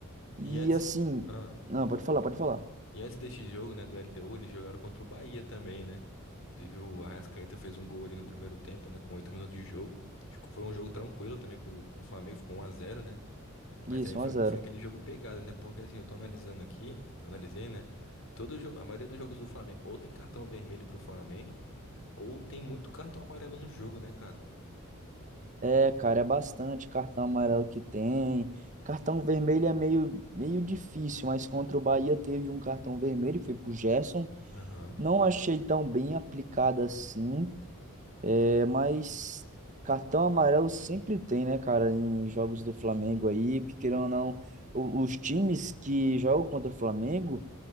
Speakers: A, on the right; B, on the left.
A: E
B: E antes.
A: assim,
B: Ah,
A: não, pode
B: pode-
A: falar, pode falar.
B: e antes desse jogo, né, do LDU, eles jogaram contra o Bahia também, né? Inclusive o Arrascaeta fez um gol ali no primeiro tempo, né? Com oito minutos de jogo. Ficou, foi um jogo tranquilo também pro, pro Flamengo, ficou um a zero, né? Mas
A: Isso,
B: também foi,
A: um a zero
B: foi aquele jogo pegado, né? Porque assim, eu tô analisando aqui, analisei, né? Todo jogo, a maioria dos jogos do Flamengo ou tem cartão vermelho pro Flamengo, ou tem muito cartão amarelo no jogo, né, cara?
A: É, cara, é bastante cartão amarelo que tem. Cartão vermelho é meio, meio difícil, mas contra o Bahia teve um cartão vermelho, foi pro Gerson.
B: Aham.
A: Não achei tão bem aplicado assim, É, mas cartão amarelo sempre tem, né, cara, em jogos do Flamengo aí, porque querendo ou não, o- os times que jogam contra o Flamengo